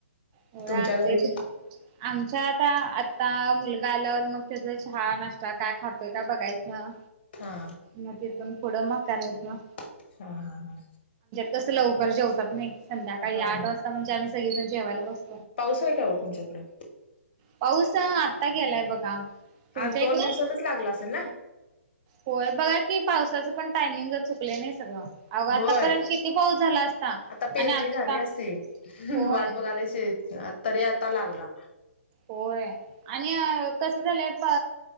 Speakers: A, on the right (about 25°); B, on the left (about 45°).
A: हो
B: तुमच्या
A: असतेच
B: घरी
A: आमच्या आता आता मुलगा आल्यावर मग त्याचा छहा नाश्ता काय खातोय काय बघायचं.
B: हा.
A: मग तिथून पुढं मग करायचं मग
B: हा हा हा.
A: तसं लवकर जेवतात नाही संध्याकाळी
B: हा
A: आठ
B: हा
A: वाजता म्हणजे आम्ही सगळीजण जेवायला बसतो.
B: पाऊस आहे काय हो तुमच्याकडं?
A: पाऊस आत्ता गेलाय बघा. तुमच्या
B: आज दोन
A: इकडं?
B: दिवसातच लागला असेल ना.
A: होय बघा की पावसाचं पण टायमिंग चुकले नाही सगळं. अग आतापर्यंत
B: होय
A: किती पाऊस झाला असता
B: आता पेरणी
A: आणि आता
B: झाली असेल
A: होय.
B: वाट बघायला शेत तरी आता लागला.
A: होय आणि कस झालंय प